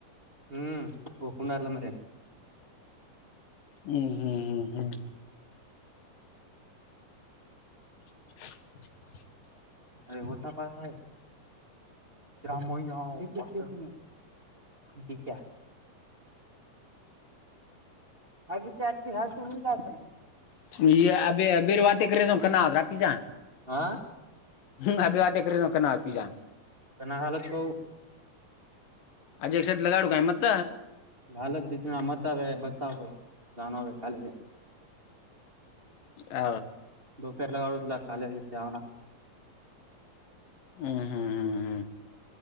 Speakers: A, on the right; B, on the left.
A: ಹ್ಮ್ ಪಕೊಂಡಲ್ಲಂದ್ರೆ.
B: ಹ್ಮ್ ಹ್ಮ್ ಹ್ಮ್ ಹ್ಮ್. <inaudible>
A: ಅ ಹೊಸಪಾಸ ಚ್ರಾಮ. ಬಿಕಾ. ಹಾಗಕ್ಕೆ ಅರ್ಜ ಹಾ ಉಂಟಾಗತ.
B: ಈ ಅ ಬವಾಂತ ಕಸ ಕನ್ನದ ಪಿ.
A: ಹಾ.
B: ಹ ಅ ಬೇತ ಕ ನಾವ ಪಾ.
A: ಸ ಹಾಲತ್ ಪ.
B: ಅಜ ಎಸ ಲಗಾಡ ಕಾಯ ಮತ್ತ.
A: ಹಾಲತ್ ಜತಿ ಮತಾವ ಬಸಾವ ಜಾನ ಕಾಲ.
B: ಹ.
A: ಪೇರ ಲಗಾಡಲ್ಲ ಕಾಲ ಅವನ.
B: ಹ್ಮ್ ಹ್ಮ್ ಹ್ಮ್ ಹ್ಮ್.